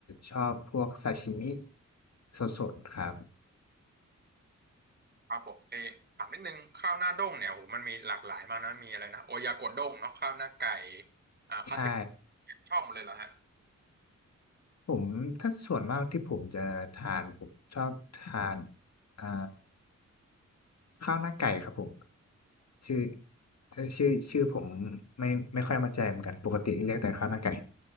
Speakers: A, on the left; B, on the right.
A: ชอบพวกซาชิมิสดๆครับ
B: ครับผมเออถามนิดนึงข้าวหน้าด้งเนี่ยโอ้โหมันมีหลากหลายมากนะมีอะไรนะโอยากโดด้งเนาะข้าวหน้าไก่อ่าข้าวเสร็จ
A: ใช่
B: ชอบหมดเลยเหรอฮะ
A: ผมถ้าส่วนมากที่ผมจะทานผมชอบทานอ่าข้าวหน้าไก่ครับผม ชื่อเอ่อชื่อชื่อผมไม่ไม่ค่อยมั่นใจเหมือนกันปกติเรียกแต่ข้าวหน้าไก่